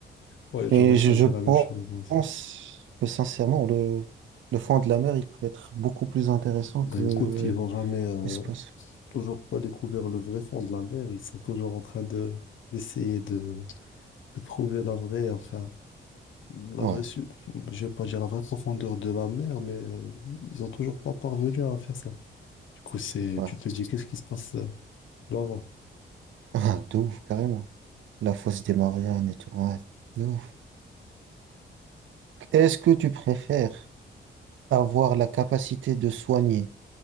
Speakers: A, on the left (about 75°); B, on the right (about 75°).
A: Ouais, j'aurais
B: Et
A: choisi
B: je, je pense
A: la même chose moi aussi.
B: que sincèrement, le, le fond de la mer, il peut être beaucoup plus intéressant
A: Ben
B: que
A: écoute, ils n'ont jamais, euh,
B: l'espace.
A: toujours pas découvert le vrai fond de la mer. Ils sont toujours en train de d'essayer de, de trouver la vraie, enfin, la
B: Ouais,
A: vraie, su- je vais pas dire la vraie profondeur de la mer, mais euh, ils ont toujours pas parvenu à faire ça. Du coup, c'est,
B: ouais.
A: tu
B: <laughs>
A: te dis, qu'est-ce qui se passe euh, là-bas?
B: Ah, de ouf, carrément. La fosse des Mariannes et tout. Ouais, de ouf. Est-ce que tu préfères avoir la capacité de soigner